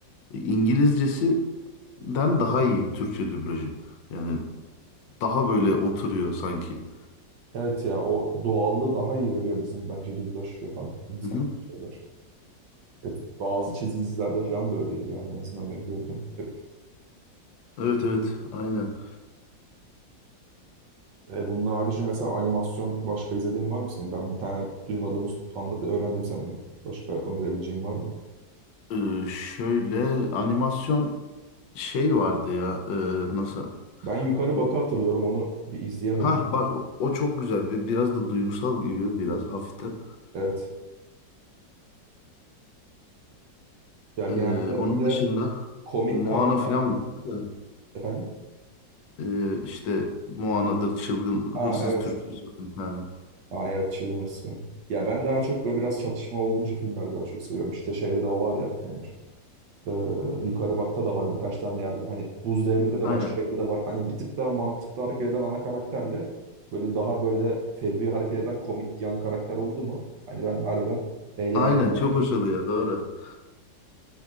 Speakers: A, on the left (about 80°); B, on the right (about 75°).
A: e, İngilizcesinden daha iyi Türkçe dublajı. Yani daha böyle oturuyor sanki.
B: Evet ya o doğallığı daha iyi veriyor bizim bence dublaj yapan insan
A: Hı hı.
B: şeyler. Hep bazı çizgi dizilerde falan da öyleydi yani en azından ben gördüm. Hep.
A: Evet evet aynen.
B: E, bunun harici mesela animasyon başka izlediğin var mı senin? Ben bir tane duymadığımız anla- öğrendim senden. Başka önerebileceğin var mı?
A: Ee, şöyle animasyon şey vardı ya e, nasıl
B: Ben Yukarı
A: bu
B: Bak'ı hatırlıyorum. Onu bir izleyemedim.
A: ha bak o o çok güzel bir biraz da duygusal gibi biraz hafiften.
B: Evet. Ya genelde
A: Ee, onun
B: böyle
A: dışında
B: komik
A: Moana
B: karakterle
A: falan var.
B: efendim.
A: Ee, işte Moana'dır, çılgın
B: Aa
A: hırsız
B: evet.
A: türküsü var bir tane.
B: Aa evet Chilmers. yani. Ya ben daha çok böyle biraz çatışma olunca filmleri daha çok seviyorum. İşte şeyde de o var ya Emir. Ee, Yukarı Bak'ta da var birkaç tane yerde. Hani Buz Devri'nde de
A: Aynen.
B: var, Shrek'te de var. Hani bir tık daha mantıklı hareket eden ana karakterle böyle daha böyle fevri hareket eden komik yan karakter oldu mu? Hani ben harbiden eğlenerek
A: Aynen
B: zaman
A: çok
B: geçiriyorum.
A: hoş oluyor doğru.